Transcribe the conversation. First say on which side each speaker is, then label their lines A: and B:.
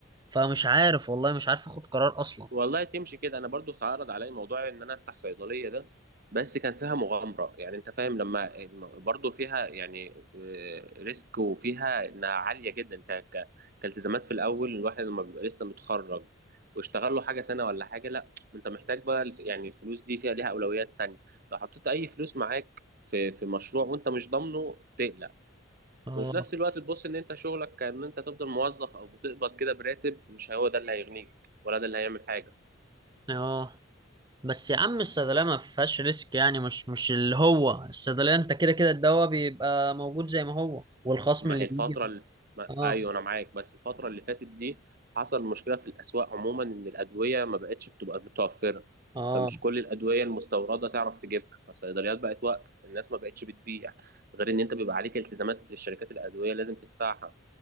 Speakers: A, on the right; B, on the right.
A: فمش عارف والله مش عارف اخد قرار اصلا
B: والله تمشي كده انا برضو اتعرض عليا موضوع ان انا افتح صيدليه ده بس كان فيها مغامره يعني انت فاهم لما الم- برضو فيها يعني آه، ريسك وفيها انها عاليه جدا ك... ك... كالتزامات في الاول الواحد لما بيبقى لسه متخرج واشتغل له حاجه سنه ولا حاجه لا انت محتاج بقى الف- يعني الفلوس دي فيها ليها اولويات تانية لو حطيت اي فلوس معاك في في مشروع وانت مش ضامنه تقلق
A: اه
B: وفي نفس الوقت تبص ان انت شغلك كأن انت تفضل موظف او بتقبض كده براتب مش هو ده اللي هيغنيك ولا ده اللي هيعمل حاجة
A: اه بس يا عم الصيدلية ما فيهاش ريسك يعني مش مش اللي هو الصيدلية انت كده كده الدواء بيبقى موجود زي ما هو والخصم
B: ما
A: اللي
B: هي الفترة
A: بيجي
B: اللي... ما...
A: اه
B: ايوه انا معاك بس الفترة اللي فاتت دي حصل مشكلة في الاسواق عموما ان الادوية ما بقتش بتبقى متوفرة
A: اه
B: فمش كل الادوية المستوردة تعرف تجيبها فالصيدليات بقت واقفة الناس ما بقتش بتبيع غير ان انت بيبقى عليك التزامات للشركات الادوية لازم تدفعها